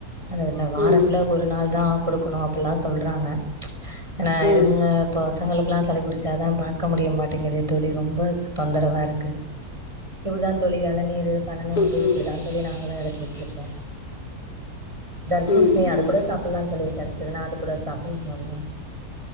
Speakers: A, on the right (about 20°); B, on the left (about 80°).
A: அந்த அந்த வாரத்துல
B: ம்
A: ஒரு நாள் தா குடுக்கணு அப்டியெல்லா சொல்றாங்க ப்ச் ஆனா
B: ம்
A: இதுங்க இப்ப பசங்களுக்கு இப்பெல்லா சளி பிடிச்சாதா பாக்க முடிய மாட்டேங்குதே தோழி ரொம்ப தொந்த ரவா இருக்கு இப்படிதான் தோழி இளநீரு பன நொங்கு
B: ம்
A: இப்டிதான் தோழி நாங்களு எடு போட்டு இருக்கோ தர்பூசணி
B: ம் ம்
A: அது
B: ம்
A: கூட சாப்டலாம் தோழி கிடச்சுதுனா அது கூட சாப்பிடலா அவுங்க